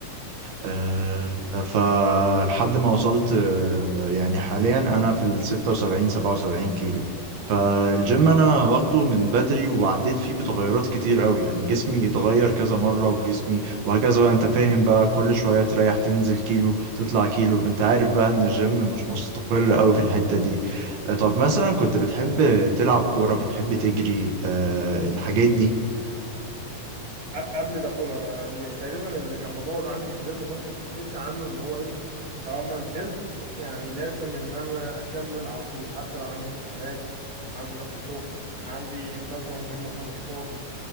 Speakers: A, on the right; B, on the right.
A: آه، فلحد ما وصلت آه، يعني حاليا انا في ال 76 77 كيلو فالجيم انا واخده من بدري وعديت فيه بتغيرات كتير قوي يعني جسمي اتغير كذا مرة وجسمي وهكذا بقى انت فاهم بقى كل شوية تريح تنزل كيلو تطلع كيلو انت عارف بقى ان الجيم مش مستقر قوي في الحتة دي آه، طب مثلا كنت بتحب تلعب كورة بتحب تجري آه، الحاجات دي
B: قب- قبل ده كله أنا اللي تقريبا اللي كان مبوظ عندي الجيم برضو فكرتي عنه إن هو إيه طالما نزلت يعني لازم إن أنا أكمل على طول حتى لو عندي امتحانات عندي ضغط شغل عندي مناسبة مهمة فمش فاضي